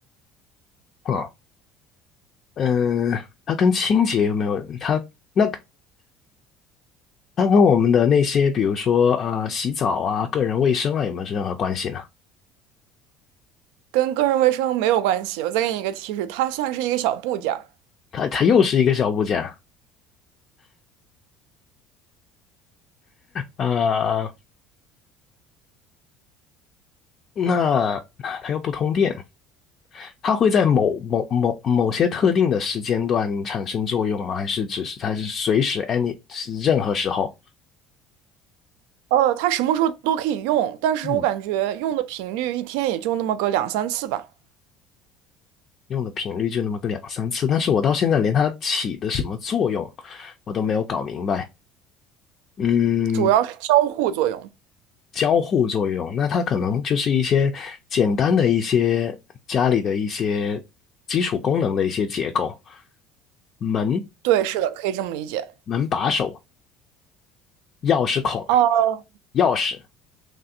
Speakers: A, on the left; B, on the right.
A: 啊，嗯，它跟清洁有没有？它那它跟我们的那些，比如说呃，洗澡啊、个人卫生啊，有没有任何关系呢？
B: 跟个人卫生没有关系。我再给你一个提示，它算是一个小部件儿，
A: 它它又是一个小部件，呃，那它又不通电，它会在某某某某些特定的时间段产生作用吗？还是只是它是随时 any 是任何时候？
B: 呃，它什么时候都可以用，但是我感觉用的频率一天也就那么个两三次吧，
A: 嗯，用的频率就那么个两三次，但是我到现在连它起的什么作用，我都没有搞明白。嗯，
B: 主要是交互作用。
A: 交互作用，那它可能就是一些简单的一些家里的一些基础功能的一些结构，门、
B: 对，是的，可以这么理解。
A: 门把手、钥匙孔、
B: 哦，
A: 钥匙，